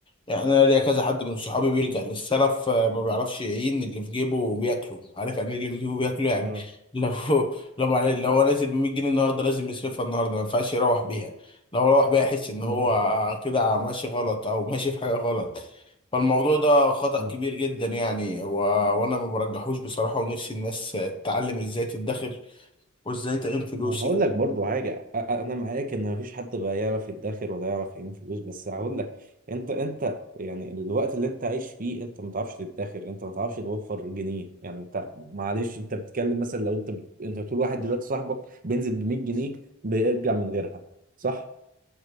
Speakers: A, on the left (about 25°); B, on the right (about 40°).
A: يعني انا ليا كذا حد من صحابي بيلجأ للسلف آه، ما بيعرفش يعين اللي في جيبه وبياكله عارف يعني إيه اللي في جيبه بياكله يعني
B: اه
A: <laughs> لو لو معل- لو هو نازل ب 100 جنيه النهارده لازم يصرفها النهارده ما ينفعش يروح بيها لو هو الواحد بقى يحس ان هو
B: ما
A: كده ماشي غلط او ماشي في حاجه غلط فالموضوع ده خطأ
B: ما,
A: كبير جدا يعني و... وانا ما برجحوش بصراحه ونفسي الناس تتعلم ازاي تدخر وازاي تعين فلوس
B: ما هقول
A: يعني
B: لك برضو حاجة أ- أ- أنا معاك إن مفيش حد بقى يعرف يدخر ولا يعرف يعين فلوس بس هقول لك أنت أنت يعني الوقت اللي أنت عايش فيه أنت ما تعرفش تدخر أنت ما تعرفش توفر جنيه يعني أنت معلش أنت بتتكلم مثلا لو أنت بت... أنت بتقول واحد دلوقتي صاحبك بينزل ب 100 جنيه بيرجع من غيرها صح؟